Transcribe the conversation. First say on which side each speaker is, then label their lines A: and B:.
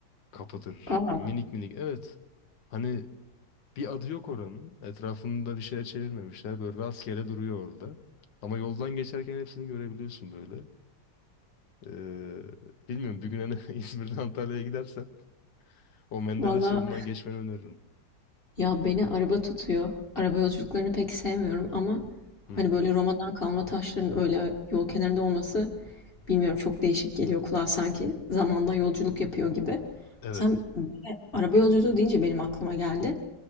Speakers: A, on the left (about 70°); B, on the left (about 30°).
A: kapıdır.
B: Aa,
A: Böyle minik minik evet. Hani bir adı yok oranın. Etrafında bir şeye çevirmemişler. Böyle rastgele duruyor orada. Ama yoldan geçerken hepsini görebiliyorsun böyle. Ee, bilmiyorum bir gün hani <laughs> İzmir'den Antalya'ya gidersen o Menderes
B: valla
A: yolundan geçmeni öneririm.
B: Ya beni araba tutuyor. Araba yolculuklarını pek sevmiyorum ama
A: Hı
B: hani
A: hı.
B: böyle Roma'dan kalma taşların öyle yol kenarında olması bilmiyorum çok değişik geliyor kulağa sanki zamanda yolculuk yapıyor gibi.
A: Evet.
B: Sen araba yolculuğu deyince benim aklıma geldi.